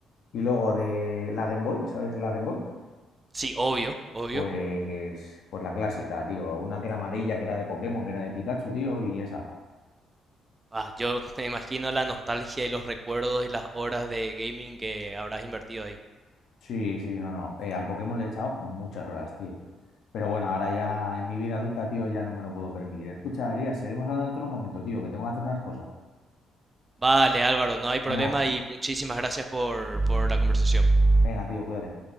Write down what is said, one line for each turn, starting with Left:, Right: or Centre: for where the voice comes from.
Left: Y luego de la Game Boy, ¿sabes la Game Boy?
Right: Sí, obvio, obvio.
Left: Pues, pues la clásica, tío. Una que era amarilla, que era de Pokémon, que era de Pikachu, tío, y esa.
Right: Ah, yo me imagino la nostalgia y los recuerdos y las horas de gaming que habrás invertido ahí.
Left: Sí, sí, sí, no, no. Eh, al Pokémon le he echado muchas horas, tío. Pero bueno, ahora ya en mi vida adulta, tío, ya no me lo puedo permitir. Escucha, Elías, seguimos hablando en otro momento, tío, que tengo que hacer unas cosas.
Right: Vale, Álvaro, no hay problema
Left: Venga,
Right: y muchísimas gracias por, por la conversación.
Left: venga, tío, cuídate.